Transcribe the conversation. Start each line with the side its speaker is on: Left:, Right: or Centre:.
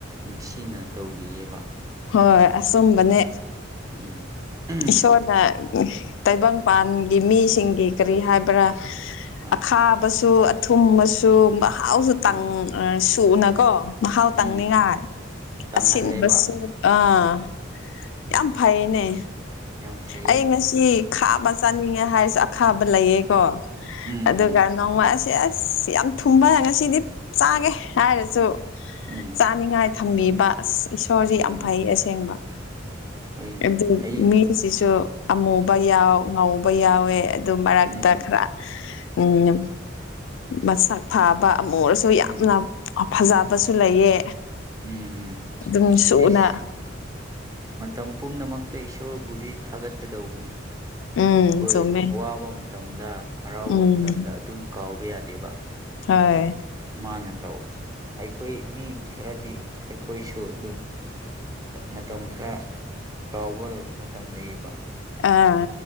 Right: ꯅꯨꯡꯁꯤꯅ ꯇꯧꯕꯤꯑꯕ
Left: ꯍꯣꯏ ꯑꯁꯣꯝꯒꯅꯦ
Right: ꯎꯝ ꯎꯝ
Left: ꯏꯁꯣꯔꯅ ꯇꯥꯏꯕꯪꯄꯥꯟꯒꯤ ꯃꯤꯁꯤꯡꯒꯤ ꯀꯔꯤ ꯍꯥꯏꯕ꯭ꯔꯥ
Right: ꯑꯥ
Left: ꯑꯈꯥꯕꯁꯨ ꯑꯊꯨꯝꯕꯁꯨ ꯃꯍꯥꯎꯁꯨ
Right: ꯎꯝ
Left: ꯇꯥꯡ ꯁꯨꯅꯀꯣ ꯃꯍꯥꯎ ꯇꯪꯅꯤꯡꯉꯥꯏ
Right: ꯎꯝ ꯇꯪꯍꯜꯂꯦꯕ
Left: ꯑꯁꯤꯨꯝꯕꯁꯨ ꯑꯥ
Right: ꯎꯝ
Left: ꯌꯥꯝ ꯐꯩꯅꯦ
Right: ꯌꯥꯝ ꯐꯩꯌꯦ
Left: ꯑꯩ ꯉꯁꯤ ꯈꯥꯕ ꯆꯥꯅꯤꯡꯉꯦ ꯍꯥꯏꯔꯁꯨ ꯑꯈꯥꯕ ꯂꯩꯌꯦꯀꯣ
Right: ꯎꯝ
Left: ꯑꯗꯨ
Right: ꯎꯝ
Left: ꯅꯣꯡꯃꯁꯦ ꯑꯁ ꯌꯥꯝ ꯊꯨꯝꯕ ꯉꯁꯤꯗꯤ ꯆꯥꯒꯦ ꯍꯥꯏꯔꯁꯨ
Right: ꯎꯝ
Left: ꯆꯥꯅꯤꯡꯉꯥꯏ ꯊꯝꯕꯤꯕ ꯑ ꯏꯁꯣꯔꯁꯤ
Right: ꯎꯝ
Left: ꯌꯥꯝ ꯐꯩ ꯑꯁꯦꯡꯕ
Right: ꯍꯣꯏꯅꯦ
Left: ꯑꯗꯨ
Right: ꯑꯩ
Left: ꯃꯤꯁꯤꯁꯨ ꯑꯃꯨꯕ ꯌꯥꯎ ꯉꯧꯕ ꯌꯥꯎꯋꯦ ꯑꯗꯨ ꯃꯔꯛꯇ
Right: ꯎꯝ
Left: ꯈꯔ ꯎꯝ ꯃꯁꯛ ꯐꯥꯕ ꯑꯃꯨ ꯑꯣꯏꯔꯁꯨ ꯁꯨ ꯌꯥꯝꯅ
Right: ꯎꯝ
Left: ꯐꯖꯕꯁꯨ ꯂꯩꯌꯦ
Right: ꯎꯝ ꯎꯝ
Left: ꯑꯗꯨꯝ ꯁꯨꯅ
Right: ꯑꯦꯁ ꯃꯇꯝ ꯄꯨꯝꯅꯃꯛꯇ ꯏꯁꯣꯔꯕꯨꯗꯤ ꯊꯥꯒꯠꯀꯗꯧꯕꯅꯤ
Left: ꯎꯝ
Right: ꯑꯩꯈꯣꯏ
Left: ꯆꯨꯝꯃꯦ
Right: ꯋꯥꯕ ꯃꯇꯝꯗ ꯍꯔꯥꯎꯕ
Left: ꯎꯝ
Right: ꯃꯇꯝꯗ ꯑꯗꯨꯝ ꯀꯥꯎꯕ ꯌꯥꯗꯦꯕ
Left: ꯍꯣꯏ
Right: ꯃꯥꯅ ꯇꯧ ꯑꯩꯈꯣꯏ ꯃꯤ ꯈꯔꯗꯤ ꯑꯩꯈꯣꯏꯁꯨ ꯑꯗꯨꯝ ꯃꯇꯝ ꯈꯔ ꯀꯥꯎꯕ ꯃꯇꯝ ꯂꯩꯕ
Left: ꯑꯥ